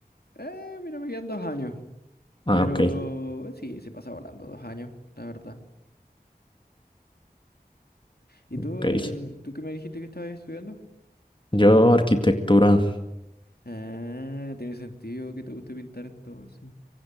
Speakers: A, on the left (about 70°); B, on the left (about 30°).
A: Eh, mira, me quedan dos años,
B: Ah,
A: pero
B: ok.
A: eh, sí, se pasa volando dos años, la verdad. ¿Y
B: Ok.
A: tú, eh, tú qué me dijiste que estabas estudiando?
B: Yo, arquitectura,
A: Ah, tiene sentido que te guste pintar entonces.